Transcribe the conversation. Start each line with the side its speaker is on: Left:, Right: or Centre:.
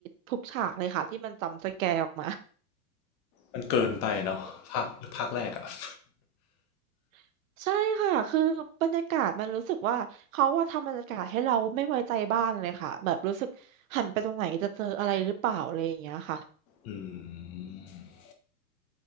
Right: ทุกฉากเลยค่ะที่มันจำสแกร์ออกมา
Left: มันเกินไปเนาะภาคภาคแรกอะ <laughs>
Right: <laughs> ใช่ค่ะคือบรรยากาศมันรู้สึกว่าเขาว่าทำบรรยากาศให้เราไม่ไว้ใจบ้านเลยค่ะแบบรู้สึกหันไปตรงไหนจะเจออะไรหรือเปล่าอะไรอย่างเงี้ยค่ะ
Left: อืม